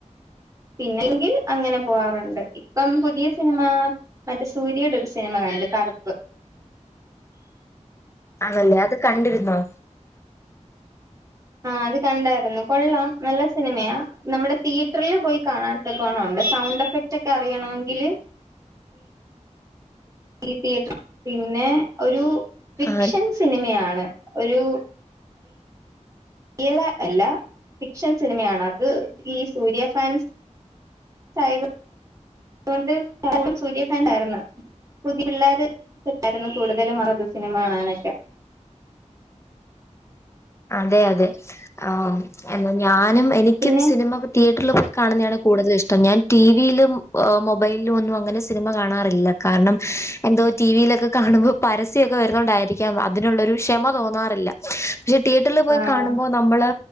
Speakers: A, on the right; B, on the left.
A: പിന്നല്ലകിൽ അങ്ങനെ പോവാറുണ്ട് ഇപ്പം പുതിയ സിനിമ മറ്റെ സൂര്യയുടെ ഒരു സിനിമ കണ്ട് കറുപ്പ്
B: ആണല്ലേ അത് കണ്ടിരുന്നോ
A: ആഹ് അത് കണ്ടായിരുന്നു കൊള്ളാം നല്ല സിനിമയാ നമ്മുടെ തിയേറ്ററില് പോയി കാണാൻ <unintelligible> ഉണ്ട് സൗണ്ട് എഫക്റ്റ് ഒക്കെ അറിയണങ്കില് ഈ തീയേറ്റർ പിന്നെ ഒരു ഫിക്ഷൻ
B: ആഹ്
A: സിനിമയാണ് ഒരു ട്ടികളെ അല്ല ഫിക്ഷൻ സിനിമയാണ് അത് ഈ സൂര്യ ഫാൻസ് <unintelligible> ആയിരുന്നു പുതിയ പിള്ളേര് ഉണ്ടായിരുന്നു കൂടുതലും വന്നത് സിനിമ കാണാനൊക്കെ
B: അതെ അതെ ആ എന്നാ ഞാനും എനിക്കും
A: പിന്നെ
B: സിനിമ തിയേറ്ററിൽ പോയി കാണുന്നതാണ് കൂടുതൽ ഇഷ്ടം ഞാൻ ടിവിയിലും മൊബൈലിലും ഒന്നും അങ്ങനെ സിനിമ കാണാറില്ല കാരണം എന്തോ ടിവിയിലൊക്കെ കാണുമ്പൊ പരസ്യമൊക്കെ വരുന്നോണ്ടായിരിക്കാം അതിനുള്ളൊരു ക്ഷമ തോന്നാറില്ല പക്ഷെ തിയേറ്ററിൽ പോയി
A: ആഹ്
B: കാണുമ്പോൾ നമ്മള്